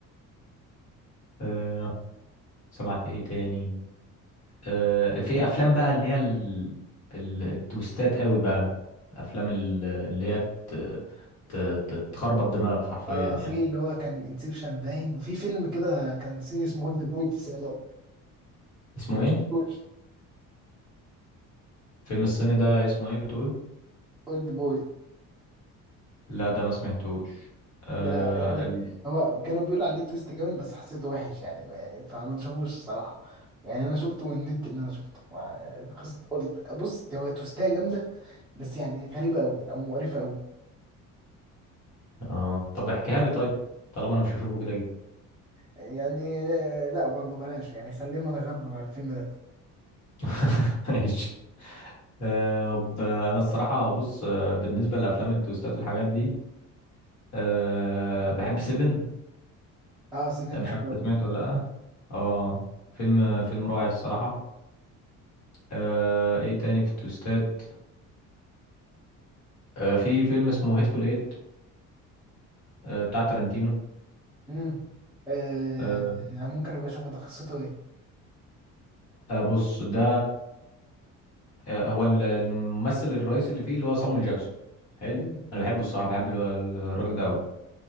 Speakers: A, on the left; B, in the centre.
A: آه، سمعت ايه تاني آه، في افلام بقى اللي هي ال- ال- التويستات قوي بقى افلام ال- اللي هي ت- ت- ت- تخربط دماغك حرفيا
B: اه
A: يعني
B: في اللي هو كان انسبشن باين وفي فيلم كده كان صيني اسمه اولد بوي بس أنا
A: اسمه
B: <laughs> ما تشوفوش
A: ايه فيلم الصيني ده اسمه ايه بتقول
B: اولد بوي
A: لا ده ما سمعتوش آه
B: ده يعني
A: ال...
B: هو كانوا بيقولوا عليه تويست جامد بس حسيته وحش يعني يعني فما تشوفوش الصراحة يعني انا شفته من النت ان انا شفته ما- خست قلت بص هو تويستاية جامدة بس يعني غريبة قوي او مقرفة قوي
A: آه طب احكيها لي طيب طالما انا مش هشوفه كده جدا
B: يعني لا برضه بلاش يعني خلينا نغير عن الفيلم ده
A: <laughs> ماشي آه ب... انا الصراحة بص آه بالنسبة لافلام التويستات والحاجات دي آه بحب سيفن
B: اه سيفن
A: آه، مش
B: حلو
A: عارف انت
B: قوي
A: سمعته ولا لا اه فيلم فيلم رائع الصراحة آه ايه تاني في التويستات آه في فيلم اسمه هيتفول ايت آه بتاع تارانتينو
B: امم آه
A: آه
B: ممكن ابقى اشوف ده قصته ايه
A: آه بص ده آه، هو ال- الممثل الرئيسي اللي فيه اللي هو صامويل جاكسون حلو
B: مم.
A: انا بحبه الصراحه بحب ال- الراجل ده قوي